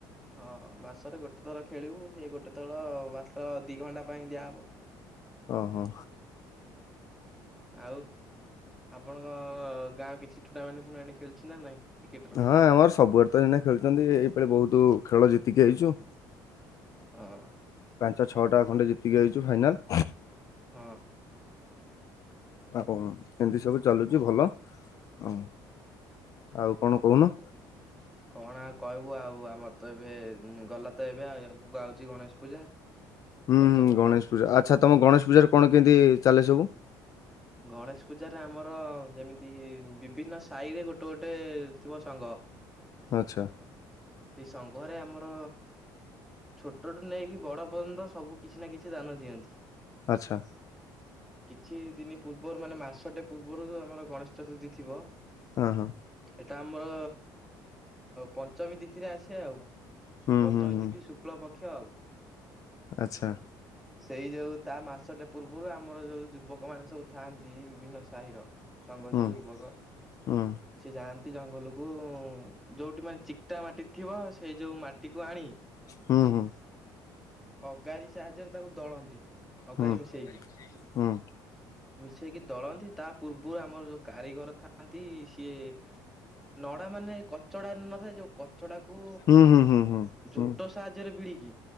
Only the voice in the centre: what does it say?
ହଁ ମାସରେ ଗୋଟେ ଥର ଖେଳିବୁ। ହେଇ ଗୋଟେ ଥର ମାସ ଦିଇ ଘଣ୍ଟା ପାଇଁ ଦିଆହେବ। <inaudible>
ଆଉ ଆପଣଙ୍କ ଗାଁ କିଛି ଟୁର୍ଣ୍ଣାମେଣ୍ଟ ଫୁର୍ଣେଣ୍ଟ ଖେଳୁଛି ନା ନାଇଁ? କ୍ରିକେଟର?
ଓହ।
ହଁ।
କଣ ଆଉ କହିବୁ ଆଉ। ଆମର ତ ଏବେ ଗଲା ତ ଏବେ। ଆଉ ଆଗକୁ ଆଉଛି ଗଣେଶ ପୂଜା।
ରଜ
ଗଲା।
ଗଣେଶ ପୂଜାରେ ଆମର ଯେମିତି ବିଭିନ୍ନ ସାହିରେ ଗୋଟେ, ଗୋଟେ ଥିବ ସଂଘ।
ସେଇ ସଂଙ୍ଘରେ ଆମର ଛୋଟଠୁ ନେଇକି ବଡ ପର୍ଯ୍ୟନ୍ତ ସବୁ କିଛି ନା କିଛି ଦାନ ଦିଅନ୍ତି
କିଛି ଦିନ ପୂର୍ବରୁ ମାନେ ମାସଟେ ପୂର୍ବରୁ ଯୋଉ ଆମର ଗଣେଶ ଚତୁର୍ଥୀ ଥିବ।
ଏଇଟା ଆମର ପଞ୍ଚମୀ ତିଥି ଆସେ ଆଉ।
ପଞ୍ଚମୀ
ତିଥି ଶୁକ୍ଳ ପକ୍ଷ ଆଉ
<inaudible> ସେଇ ଯୋଉ ତା ମାସଟା ପୂର୍ବରୁ ଆମର ଯୋଉ ଯୁବକ ମାନେ ସବୁ ଥାଆନ୍ତି। ବିଭିନ୍ନ ସାହିର ସଂଘ
ଯୋଉ ଯୁବକ।
ସେ ଯାଆନ୍ତି ଜଙ୍ଗଲକୁ। ଯୋଉଠି ମାନେ ଚିକ୍ଟା ମାଟି ଥିବ। ସେଇ ଯୋଉ ମାଟିକୁ ଆଣି
ଅଗାରି ସାହାଯ୍ୟରେ ତାକୁ ଦଳନ୍ତି। ଅଗାରି
ମିଶେଇକି
ମିଶେଇକି ଦଳନ୍ତି। ତା ପୂର୍ବରୁ ଆମର ଯୋଉ କାରିଗର ଥାଆନ୍ତି। ସିଏ ନଡା ମାନେ କଚଡା ନଥାଏ। ଯୋଉ କଚଡା କୁ
ଝୋଟ
ସାହାଯ୍ୟରେ ଭିଡିକି